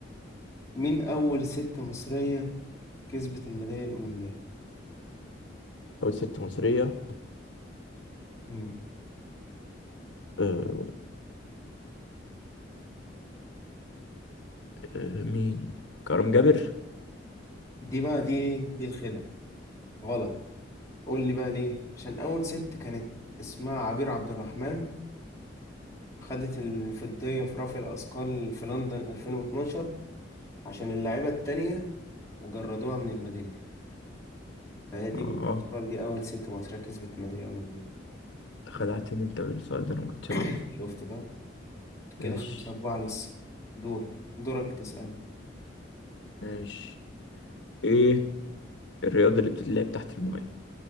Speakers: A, on the left; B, on the left.
A: مين أول ست مصرية كسبت الميدالية الأولمبية
B: أول ست مصرية
A: مم.
B: أه أه مين كرم جابر
A: دي بقى دي إيه؟ دي الخدعة غلط قول لي بقى ليه عشان أول ست كانت اسمها عبير عبد الرحمن خدت الفضية في رفع الأثقال في لندن 2012 عشان اللاعبة التانية جردوها من الميدالية فهي دي
B: اه
A: يعتبر دي أول ست مصرية كسبت ميدالية أولمبية
B: خدعتني انت بالسؤال ده انا ما كنتش
A: <clears throat>
B: اعرف
A: شفت بقى كده
B: ماشي
A: خمسة أربعة لسه دور دورك تسألني
B: ماشي ايه الرياضة اللي بتتلعب تحت الماية